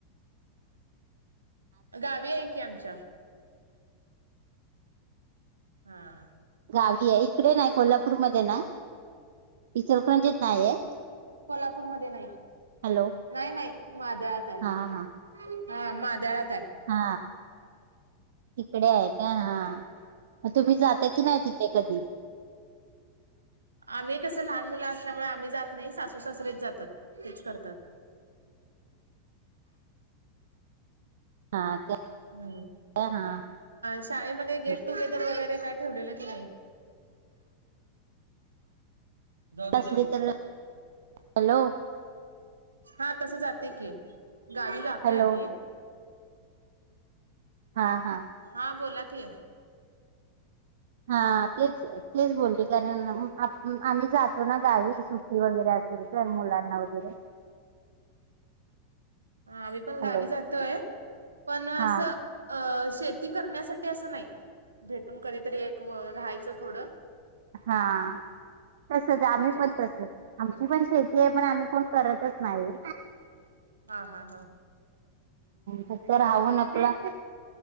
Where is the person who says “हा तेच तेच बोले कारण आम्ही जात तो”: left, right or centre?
Right